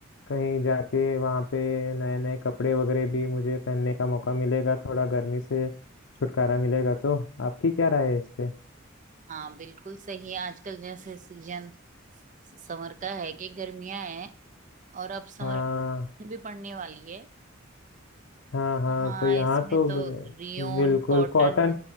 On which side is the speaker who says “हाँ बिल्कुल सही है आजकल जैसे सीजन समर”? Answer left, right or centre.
Right